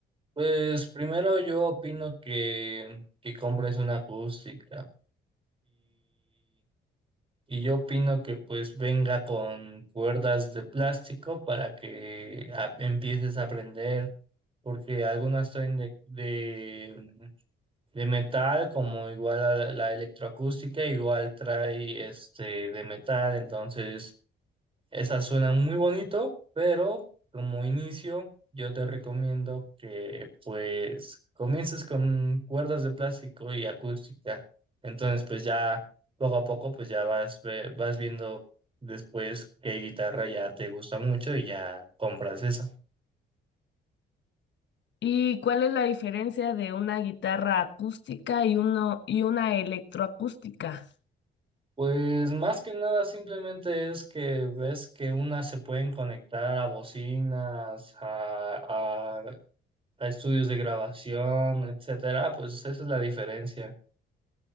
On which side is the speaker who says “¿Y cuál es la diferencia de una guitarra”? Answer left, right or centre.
Left